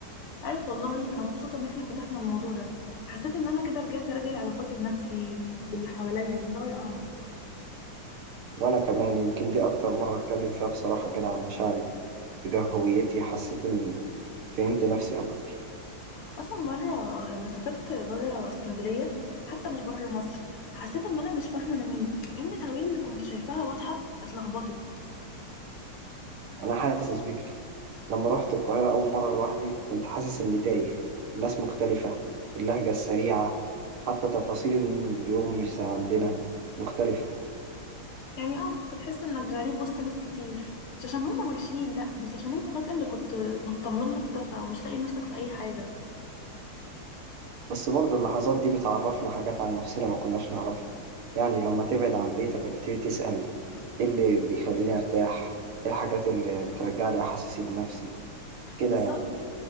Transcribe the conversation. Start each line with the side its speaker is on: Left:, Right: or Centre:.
Left: عارف والله انا مبسوطه ان احنا فتحنا الموضوع ده حسيت ان انا كده رجعت اراجع علاقاتي بنفسي وباللي حواليا من زاويه اعمق
Right: وأنا كمان يمكن دي أكتر مرة أتكلم فيها بصراحة كده عن مشاعري دي تجاه هويتي حسيت إني فهمت نفسي أكتر
Left: اصلا مره لما سافرت بره اسكندريه حتى مش بره مصر حسيت ان انا مش فاهمه انا مين كأن الهويه اللي كنت شايفاها واضحه اتلخبطت
Right: أنا حاسس بيك لما رحت القاهرة أول مرة لوحدي كنت حاسس إني تايه الناس مختلفة اللهجة السريعة حتى تفاصيل اليوم مش زي عندنا مختلفة
Left: يعني اه بتحس انك غريب وسط ناس كتير مش عشان هم وحشين لا بس عشان انت فجأة اللي كنت مطمن له اختفى ومش لاقي نفسك في اي حاجه
Right: بس برضو اللحظات دي بتعرفنا حاجات عن نفسنا ما كناش نعرفها يعني لما تبعد عن بيتك بتبتدي تسأل ايه اللي بيخليني ارتاح ايه الحاجات اللي بترجع لي احاسيسي بنفسي كده
Left: بالظبط
Right: يعني